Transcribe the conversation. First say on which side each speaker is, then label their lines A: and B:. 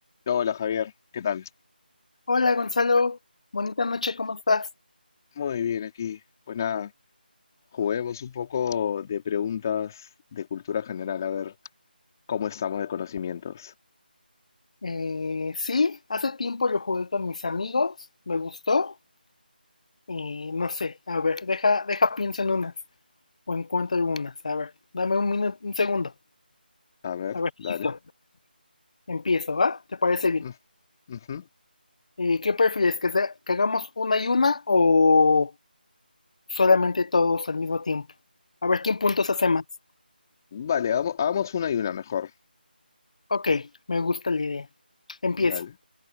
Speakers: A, on the left; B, on the left.
A: Hola Javier, ¿qué tal?
B: Hola Gonzalo, bonita noche, ¿cómo estás?
A: Muy bien aquí. Pues nada, juguemos un poco de preguntas de cultura general, a ver cómo estamos de conocimientos.
B: Eh, sí, hace tiempo lo jugué con mis amigos, me gustó y no sé, a ver, deja, deja pienso en unas o encuentro algunas, a ver, dame un minuto, un segundo,
A: A ver,
B: a ver,
A: dale.
B: listo, empiezo, ¿va? ¿Te parece bien?
A: Mm, ujú.
B: Eh, ¿qué prefieres, que, sea- que hagamos una y una o solamente todos al mismo tiempo? A ver, ¿quién puntos hace más?
A: Vale, hagamos, hagamos una y una mejor.
B: Ok, me gusta la idea. Empiezo.
A: Dale,